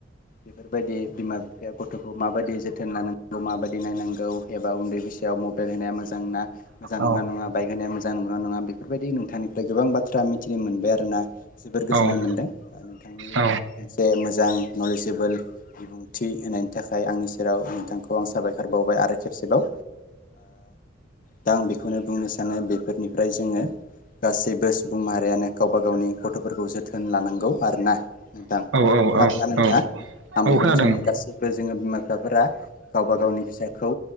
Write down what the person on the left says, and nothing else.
बेफोरबायदि बिमा बिफाया गथ'खौ माबायदि जो जोथोन लानांगौ माबायदि नायनांगौ एबा उन्दै बैसोआव मबाइल होनाया मोजां मोजां ना मोजां नंना
नंङा बाइक होनाया मो मोजां नंना नङा बेफोरबायदि नोंथांनिफ्राय गोबां बाथ्रा मिथिनो मोनबाय आरो ना जोबोर गोजोननाय
मोनदों नोंथांनि
मोनसे मोजां नलेजेबोल बिबुंथि होनायनि थाखाय आंनि सेराव नोंथांखौ आं साबायखर बावबाय आरो खेबसेबाव दा आं बेखौनो बुंनो सानो बेफोरनिफ्राय जोङो गासैबो सुबुं माहारियानो गावबा गावनि गथ' जोथोन लानांगौ आरोना नोंथां खोनादोंना
नोंथाङा
आं
बेखौनो
सानो गासिबो जोङो बिमा बिफाफोरा गावबा गावनि फिसाखौ